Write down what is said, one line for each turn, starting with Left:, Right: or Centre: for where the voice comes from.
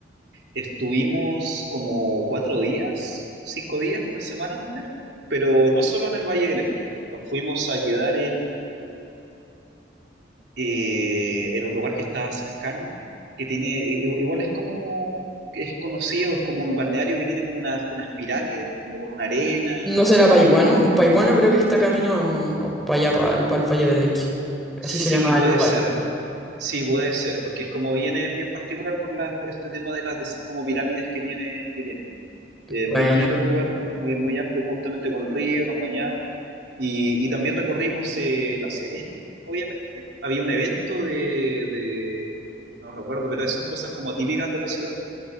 Right: Estuvimos como cuatro días, cinco días, una semana más o menos, pero no solo en el Valle del Elqui. Nos fuimos a quedar en, eh, en un lugar que está cercano, que tiene, i- i- igual es como, es conocido, es como un balneario que tiene como unas, unas pirámides, como con una arena
Centre: No será Paiguano. Un Paiguano creo que está camino para allá, para el, Valle del Elqui.
Right: Sí,
Centre: Así se llama
Right: puede
Centre: el lugar.
Right: ser. Sí, puede ser, porque es como viene bien particular por las, por este tema de las de esas como pirámides que tiene, que tiene. Eh,
Centre: Buena.
Right: muy bonito el lugar, muy, muy amplio, justamente con río, nos bañamos. Y, y también recorrimos eh, La Serena, obviamente. Había un evento de, de- no recuerdo, pero esas cosas como típicas de la ciudad.